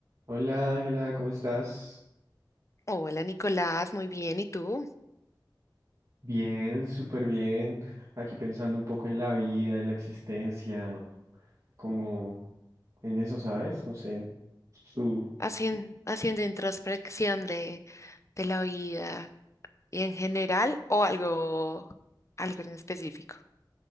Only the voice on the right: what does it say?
Hola Ángela, ¿cómo estás?
Bien, súper bien. Aquí pensando un poco en la vida, en la existencia, como en eso, ¿sabes? No sé. Tú,